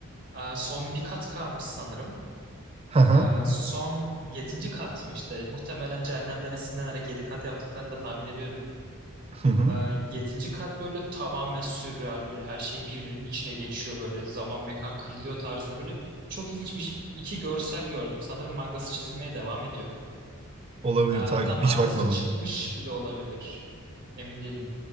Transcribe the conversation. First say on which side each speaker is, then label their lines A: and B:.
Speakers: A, on the right; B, on the right.
A: e, son bir kat kalmış sanırım.
B: Hı hı.
A: E, son yedinci kat mı işte muhtemelen cehennemden esinlenerek yedi kat yaptıklarını da tahmin ediyorum.
B: Hı hı.
A: E, yedinci kat böyle tamamen sürreal böyle her şey birbirinin içine geçiyor böyle zaman mekan kırılıyor tarzında böyle çok ilginç bir iki görsel gördüm. Sanırım mangası çizilmeye devam ediyor.
B: Olabilir
A: Ee, hatta
B: takip
A: mangası
B: hiç bakmadım.
A: çıkmış bile olabilir. Emin değilim.